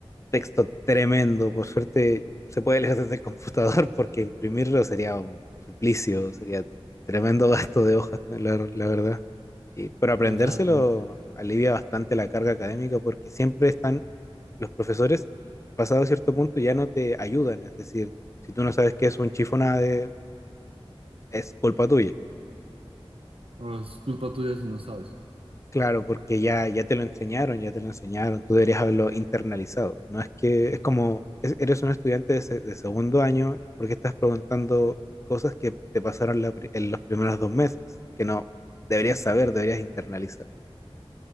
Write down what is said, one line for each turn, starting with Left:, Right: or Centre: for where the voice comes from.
Left: texto tremendo. Por suerte se puede leer desde el computador <laughs> porque imprimirlo sería un suplicio, sería tremendo gasto de hojas, ¿no? la, la verdad. Y, pero aprendérselo
Right: O sea, pues,
Left: alivia bastante la carga académica porque siempre están los profesores, pasado cierto punto, ya no te ayudan. Es decir, si tú no sabes qué es un chifonade, es culpa tuya.
Right: o es culpa tuya si no sabes.
Left: Claro, porque ya, ya te lo enseñaron, ya te lo enseñaron, tú deberías haberlo internalizado. No es que es como, es- eres un estudiante de, se- de segundo año porque estás preguntando cosas que te pasaron la pri- en los primeros dos meses, que no deberías
Right: ¿no?
Left: saber, deberías internalizar.